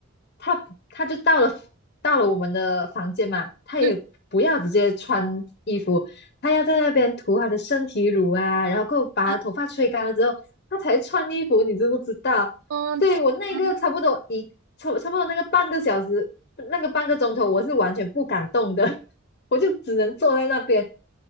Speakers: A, on the left; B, on the right.
A: 他他就到了到了我们的房间嘛，他也不要直接穿衣服，
B: 嗯
A: 他要在那边涂他的身体乳啊，然后给我把他头发吹干了之后，
B: 啊，
A: 他才穿衣服，你知不知道？
B: 嗯，
A: 所以我那个差不多一差差不多那个半个小时，
B: 天啊
A: 那个半个钟头，我是完全不敢动的，<laughs> 我就只能坐在那边。